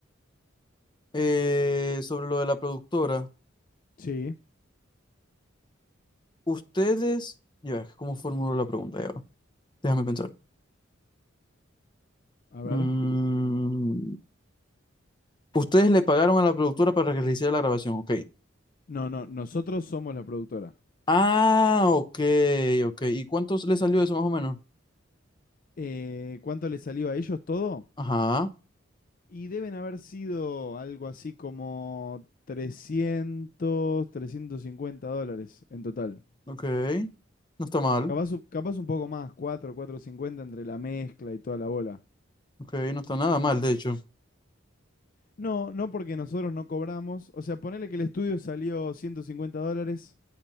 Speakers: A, on the left; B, on the left.
A: eh, sobre lo de la productora.
B: Sí,
A: Ustedes, ya, ¿cómo formulo la pregunta? Ya va, Déjame pensar.
B: a
A: Mm,
B: ver.
A: ustedes le pagaron a la productora para que le hiciera la grabación, ok.
B: No, no, nosotros somos la productora.
A: Ah, ok, ok. ¿Y cuánto le salió eso más o menos?
B: Eh, ¿cuánto le salió a ellos todo?
A: Ajá,
B: Y deben haber sido algo así como trescientos, trescientos cincuenta dólares en total.
A: ok. No está mal,
B: Capaz, un- capaz un poco más, cuatro, cuatro cincuenta entre la mezcla y toda la bola.
A: ok, no está nada mal, de hecho.
B: No, no porque nosotros no cobramos. O sea, ponele que el estudio salió 150 dólares,